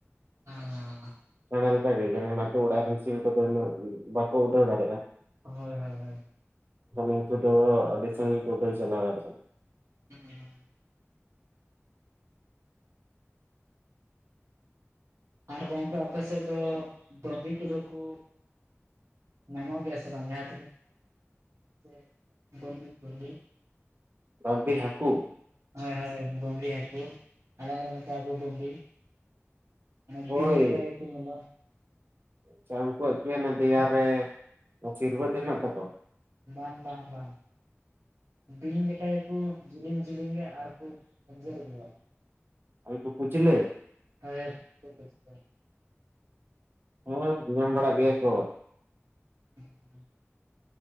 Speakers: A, on the right (about 80°); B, on the right (about 45°).
A: ᱦᱟᱻ
B: ᱚᱱᱞᱮᱠᱟ ᱜᱮ ᱡᱮᱢᱚᱱ ᱟᱛᱩᱟᱲᱟᱜ ᱨᱮᱱ ᱥᱤᱢ ᱠᱚᱫᱚᱩᱱᱟᱹᱜ ᱵᱟᱠᱚ ᱩᱰᱟᱹᱣ ᱫᱟᱲᱮ-ᱟ
A: ᱦᱳᱭ ᱦᱳᱭ ᱦᱳᱭ
B: ᱩᱱᱠᱩ ᱫᱚ ᱟᱹᱰᱤ ᱥᱟᱹᱜᱤᱧ ᱠᱚ ᱩᱰᱟᱹᱣ ᱪᱟᱞᱟᱣ ᱫᱟᱲᱮᱭᱟ-ᱟ᱾
A: ᱦᱩᱸᱻ ᱟᱨ ᱜᱚᱝᱠᱮ ᱟᱯᱮ ᱥᱮᱫ ᱫᱚ ᱵᱟᱹᱵᱤ ᱠᱚᱫᱚ ᱠᱩ ᱧᱟᱢᱚᱜ ᱜᱮᱭᱟ ᱥᱮ ᱵᱟᱝ ᱡᱟᱦᱟᱸᱭ <unintelligible> ᱵᱟᱹᱵᱤ ᱵᱟᱹᱵᱤ
B: ᱵᱟᱹᱵᱤ ᱦᱟᱹᱠᱩ?
A: ᱦᱳᱭ ᱦᱳᱭ ᱵᱟᱹᱵᱤ ᱦᱟᱹᱠᱩ ᱟᱞᱮ ᱟᱞᱮ ᱫᱚᱞᱮ ᱢᱮᱛᱟᱣ ᱠᱳᱭᱟ ᱵᱟᱵᱤ ᱚᱱᱟ
B: ᱦᱳᱭ
A: ᱵᱤᱧ ᱞᱮᱠᱟ ᱜᱮᱠᱟ ᱧᱮᱞᱚᱜ
B: ᱟᱪᱪᱷᱟ ᱩᱱᱠᱩᱣᱟᱜ ᱜᱮ ᱫᱮᱭᱟᱨᱮ ᱥᱤᱨᱵᱟᱹᱫ ᱦᱮᱱᱟᱜ ᱛᱟᱠᱚᱣᱟ?
A: ᱵᱟᱝ ᱵᱟᱝ ᱵᱟᱝ᱾ ᱵᱤᱧ ᱞᱮᱠᱟ ᱜᱮᱠᱚ ᱡᱮᱞᱮᱧ ᱡᱮᱞᱤᱧᱟ ᱟᱨᱠᱚ ᱜᱮᱧᱡᱮᱨᱜᱮᱼᱟ᱾
B: ᱩᱱᱠᱩ ᱠᱩᱪᱞᱟᱹ
A: <unintelligible>
B: ᱦᱮᱸ ᱧᱟᱢ ᱵᱟᱲᱟᱜ ᱜᱮᱭᱟ ᱠᱚ
A: <inaudible>